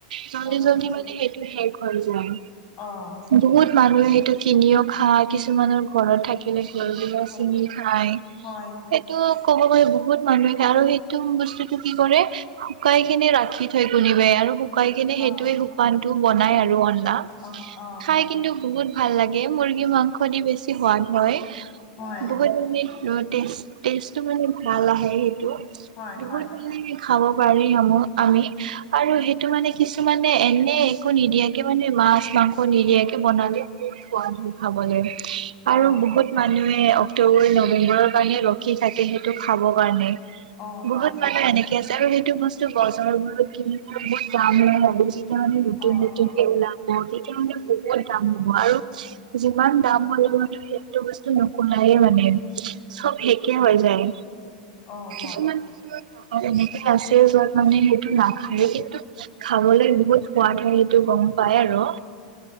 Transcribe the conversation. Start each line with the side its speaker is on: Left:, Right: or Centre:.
Right: জল্দি
Left: নৱেম্বৰ
Right: জল্দি মানে সেইটো শেষ হৈ যায়।
Left: অঁ।
Right: বহুত মানুহে সেইটো কিনিও খায়। কিছুমানৰ ঘৰত থাকি- লে ঘৰৰ পৰা
Left: ঘৰত
Right: চিঙিও খায়,
Left: হয় উম
Right: সেইটো- ক'ব পাৰে বহুত মানুহে খায় আৰু সেইটো বস্তুটো কি কৰে শুকাই খিনে ৰাখি থয় কোনিবাই আৰু শুকাই কিনি সেইটোৱে
Left: অ
Right: শুকান টো বনাই আৰু অন <unintelligible>
Left: অ অ
Right: খাই
Left: হয়
Right: কিন্তু বহুত ভাল লাগে মুৰ্গী মাংস দি বেছি সোৱাদ হয়
Left: হয়
Right: বহুত <unintelligible> উম, টেষ্ট-টেষ্টটো মানে ভাল আহে সেইটো
Left: হয়
Right: বহুত
Left: হয়
Right: <unintelligible> খাব পাৰি আমো আমি আৰু সেই টো মানে কিছুমানে এনে একো নিদিয়াকে মানে মাছ মাংস নিদিয়াকে বনালে কি সোৱাদ হৈ খাবলে। আৰু
Left: অ
Right: বহুত মানুহে অক্টোবৰ, নৱেম্বৰৰ কাৰণে ৰখি থাকে সেইটো খাব কাৰণে।
Left: অ হয়
Right: বহুত
Left: হয়
Right: মানুহ এনেকে আছে আৰু সেইটো বস্তু বজাৰ বাৰত কিনব বহুত দাম লয় <unintelligible> যেতিয়া মানে নতুন-নতুনকে
Left: অ অ
Right: ওলাব তেতিয়া মানে বহুত দাম হ'ব আৰু যিমান দাম হলোঁ মানে সেইটো বস্তু নুকোলায়ে মানে। চব হেকে হৈ যায়।
Left: অ
Right: কিছুমান-
Left: হয়
Right: কিছুমান <unintelligible> এনেকে আছে য'ত মানে সেইটো নাখায়ে কিন্তু খাবলৈ বহুত সোৱাদ হয় সেইটো কম। পাই আৰ অ,